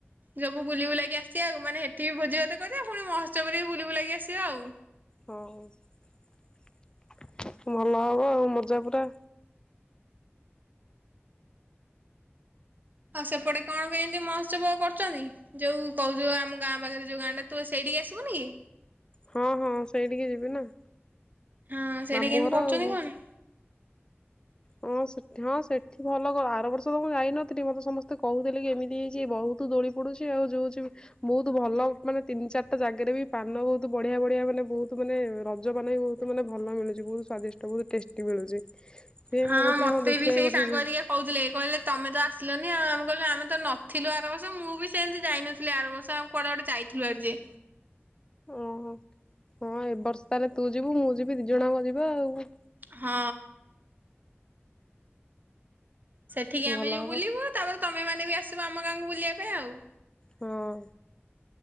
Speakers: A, on the right; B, on the left.
A: ସବୁ ବୁଲି ବୁଲାକି ଆସିବା ଆଉ ମାନେ ସେଠି ଭୋଜି ଭତେ କରିବା ପୁଣି ମହଉତ୍ସବ ରେ ବି ବୁଲ ବୁଲାକି ଆସିବା ଆଉ।
B: ହୋଉ ଭଲ ହବ ଆଉ ମଜା ପୁରା।
A: ଆଉ ସେପଟେ କଣ କେମିତି ମହୋତ୍ସବ କରୁଛନ୍ତି ଯୋଉ କହୁଛୁ ଆମ ଗାଁ ପାଖରେ ଯୋଉ ଗାଁ ସେଇଠିକି ଆସିବୁନି କି
B: ହଁ ହଁ ସେଇଠିକି ଯିବି ନା।
A: ହଁ ସେଠିକି
B: ମାମୁଁ
A: କେମିତି
B: ଘର
A: କରୁଛନ୍ତି
B: ଆଉ ଯିବି।
A: କଣ?
B: ହଁ, ହଁ ସେଠି ସେଠି ଭଲ କର ଆର ବର୍ଷ ତ ମୁଁ ଯାଇନଥିଲି ମତେ ସମସ୍ତେ କହୁଥିଲେ କି ଏମିତି ହେଇଛି ବହୁତ ତୁ ଦୋଳି ପଡୁଛି ଆଉ ଯୋଉ ହଉଛି ବହୁତ୍ ଭଲ ମାନେ ତିନି ଚାରିଟା ଜାଗାରେ ବି ପାନ ବହୁତ ବଢିଆ ବଢିଆ ମାନେ ବହୁତ୍ ମାନେ ରଜ ମାନ ବି ବହୁତ୍ ତ ମାନେ ଭଲ ମିଳୁଚି ବହୁତ୍ ସ୍ଵାଦିଷ୍ଟ ବହୁତ୍ ଟେଷ୍ଟି ମିଳୁଛି। ସେ
A: ହଁ
B: ମୁଁ କହୁଥିଲି
A: ମତେ
B: ଦେଖିବା
A: ବି ସେଇ
B: ଏ ବର୍ଷ
A: ସାଙ୍ଗ
B: ଯିବି
A: ଘାରିଆ କହୁଥିଲେ କହିଲେ ତମେ ତ ଆସିଲନି ଆଉ ଆମେ କହିଲୁ ଆମେ ତ ନଥିଲୁ ଆରବର୍ଷ ମୁଁ ବି ସେମିତି ଯାଇନଥିଲି ଆରବର୍ଷ ଆଉ। କୁଆଡେ ଗୋଟେ ଯାଇଥିଲୁ ଆଜି।
B: ଓହୋ ହଁ ଏବ ବର୍ଷ ତାହେଲେ ତୁ ଯିବୁ ମୁଁ ଯିବି ଦି ଜଣଙ୍କ ଯିବା ଆଉ।
A: ହଁ। ସେଠିକି ଆମେ
B: ଭଲ
A: ଯୋଉ
B: ହବ
A: ବୁଲିବୁ ତାପରେ ତମେ ମାନେ ବି ଆସିବ ଆମ ଗାଁକୁ ବୁଲିବା ପାଇଁ ଆଉ।
B: ହଁ।